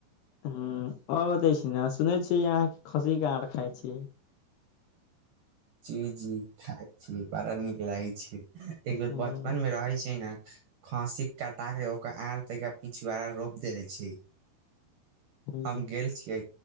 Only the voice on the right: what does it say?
जी जी, खाइ छी, बड़ नीक लागै छै। एक
बेर बचपन मे रहै छै ने। खाँसी कटा के ओकरा आर पिछवाड़ा रोप देल छै।
हम गेल छियै,